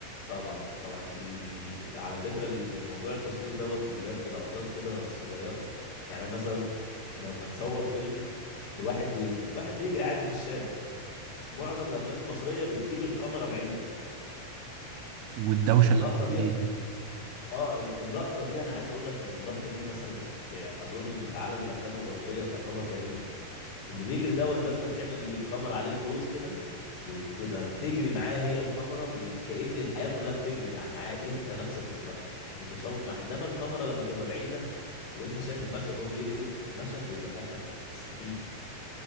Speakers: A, on the left (about 85°); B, on the right (about 85°).
A: طبعا طبعا ال... على فكرة ال- الموضوع التصوير دوت بيبان في لقطات كده صغيرة يعني مثلا لما تصور فيلم لواحد بيجري واحد بيجري عادي في الشارع معظم الافلام المصرية بتجيب الكاميرا بعيدة
B: والدوشه
A: اللقطة
B: اللي حواليه
A: دي
B: دي
A: اه ال- اللقطة دي انا عايز اقول لك ان اللقطة دي مثلا في اظن ان في عالم الافلام الغربية تعتبر جريمة اللي بيجري دوت لازم تعمل لي الكاميرا عليه كلوز كده وتبقى بتجري معاه هي الكاميرا وكأن الحياة كلها بتجري مع- معاه انت نفسك بتبقى متشوق مع انما الكاميرا لما تبقى بعيدة وانت شايف المشهد وهو بيجري المشهد بيبقى فعلا سخيف